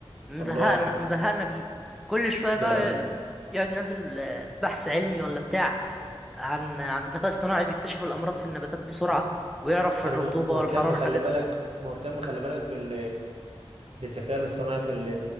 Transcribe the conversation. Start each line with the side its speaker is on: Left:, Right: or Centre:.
Centre: مزهقنا
Right: الله
Centre: مزهقنا بيه كل شوية بقى
Right: بالأم...
Centre: يقعد ينزل بحث علمي ولا بتاع عن عن ذكاء اصطناعي بيكتشف الأمراض في النباتات بسرعة ويعرف
Right: انا
Centre: الرطوبة
Right: م- مهتم
Centre: والحرارة
Right: خلي
Centre: والحاجات
Right: بالك
Centre: دي
Right: مهتم خلي بالك بال بالذكاء الاصطناعي في ال...